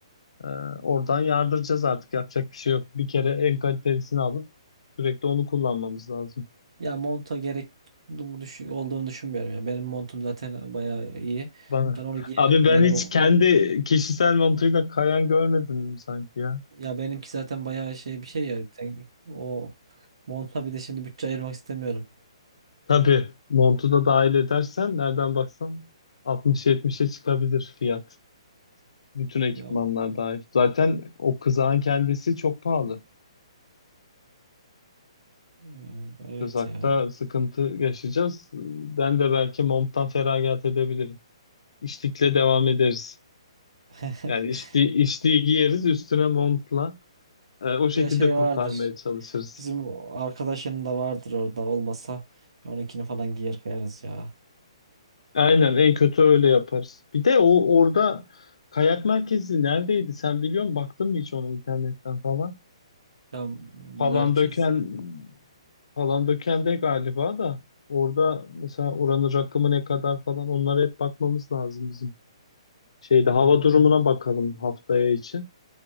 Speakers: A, on the left; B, on the right.
A: Ee, oradan yardıracağız artık. Yapacak bir şey yok. Bir kere en kalitelisini alıp sürekli onu kullanmamız lazım.
B: Ya monta gerek du- düş- olduğunu düşünmüyorum ya. Benim montum zaten bayağı iyi.
A: Bana.
B: Ben onu
A: <laughs>
B: giyerim.
A: Abi ben
B: Yeni
A: hiç
B: mo-
A: kendi kişisel montuyla kayan görmedim sanki ya.
B: ya benimki zaten bayağı şey bir şey ya. Sen- o monta bir de şimdi bütçe ayırmak istemiyorum.
A: Tabii montu da dahil edersen nereden baksan 60-70'e çıkabilir fiyat. Bütün ekipmanlar
B: Ya
A: dahil. Zaten o kızağın kendisi çok pahalı.
B: e, evet
A: Kızakta
B: ya.
A: sıkıntı yaşayacağız. Ben de belki monttan feragat edebilirim. İşlikle devam ederiz.
B: <laughs>
A: Yani içtiği, içtiği giyeriz üstüne montla. Ee, o şekilde
B: Ya şey
A: kurtarmaya
B: vardır.
A: çalışırız.
B: Bizim o arkadaşının da vardır orada olmasa onunkini falan giyer kayarız ya.
A: Aynen en kötü öyle yaparız. Bir de o orada kayak merkezi neredeydi sen biliyor musun? Baktın mı hiç onu internetten falan?
B: Ya
A: Falan
B: merkezde
A: döken falan döken de galiba da orada mesela oranın rakımı ne kadar falan onlara hep bakmamız lazım bizim. Şeyde
B: hmm,
A: hava durumuna bakalım haftaya için.